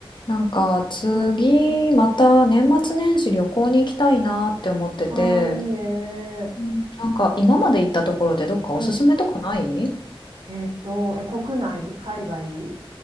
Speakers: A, on the left; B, on the right.
A: なんか次また年末年始旅行に行きたいなって思ってて、
B: うん。ああ、いいね。
A: うん、なんか今まで行ったところでどっかおすすめとかない
B: うん。えっと、え、国内、海外、